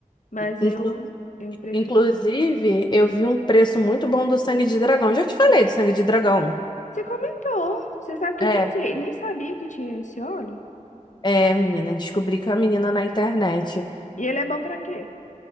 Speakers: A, on the left; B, on the left.
A: mas
B: Inclu-
A: eu eu prefiro.
B: Inclusive, eu vi um preço muito
A: tá.
B: bom do sangue de dragão. Já te falei do sangue de dragão.
A: Você comentou. Você sabe que
B: É.
A: eu nem sei, nem sabia que tinha esse óleo.
B: É, menina, descobri que é a menina na internet.
A: E ele é bom pra quê?